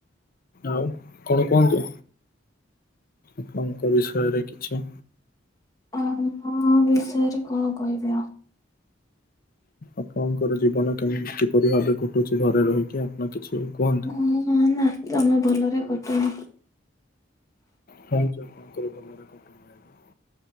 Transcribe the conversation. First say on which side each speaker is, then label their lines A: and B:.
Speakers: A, on the left; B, on the left.
A: ଆଉ କଣ କୁହନ୍ତୁ, ଆପଣଙ୍କ ବିଷୟରେ କିଛି?
B: ଆଉ ମୋ ବିଷୟରେ କଣ କହିବି ଆଉ?
A: ଆପଣଙ୍କର ଜୀବନ କେମିତି କିପରି ଭାବେ କଟୁଛି ଘରେ ରହିକି ଆପଣ କିଛି କୁହନ୍ତୁ?
B: ହୁଁ-ହୁଁ ନା ଜମା ଭଲରେ କଟୁନି।
A: କାହିଁକି ଆପଣଙ୍କର ଭଲରେ କଟୁନି? <inaudible>